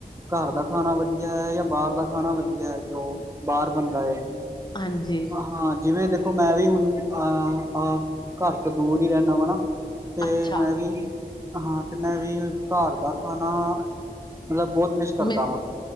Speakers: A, on the right; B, on the left.
A: ਘਰ ਦਾ ਖਾਣਾ ਵਧੀਆ ਹੈ, ਯਾ ਬਾਹਰ ਦਾ ਖਾਣਾ ਵਧੀਆ ਹੈ, ਜੋ ਬਾਹਰ ਬਨਦਾ ਹੈ।
B: ਹਾਂਜੀ।
A: ਹਾਂ, ਜਿਵੇਂ ਦੇਖੋ ਮੈਂ ਵੀ ਹੁਣ, ਅਹ, ਅਂ, ਘਰ ਤੋਂ ਦੂਰ ਹੀ ਰਹਿੰਦਾ ਵਾ, ਨਾ ਤੇ
B: ਅੱਛਾ
A: ਮੈਂ ਵੀ, ਹਾਂ, ਤੇ ਮੈਂ ਵੀ, ਘਰ ਦਾ ਖਾਣਾ ਮਤਲਬ ਬਹੁਤ ਮੀਸ ਕਰਦਾ
B: ਮਿਸ
A: ਵਾਂ,